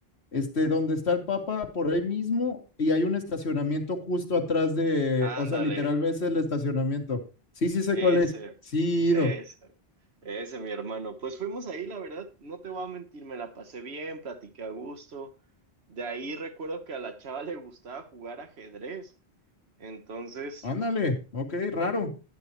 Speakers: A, on the left; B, on the right.
A: este, donde está el Papa, por ahí mismo, y hay un estacionamiento justo atrás de, o
B: Ándale.
A: sea, literal ves el estacionamiento. Sí, sí sé
B: Ese,
A: cuál es. Sí,
B: ese,
A: ido.
B: ese, mi hermano. Pues fuimos ahí, la verdad, no te voy a mentir, me la pasé bien, platiqué a gusto. De ahí recuerdo que a la chava le gustaba jugar ajedrez. Entonces,
A: Ándale, ok, raro.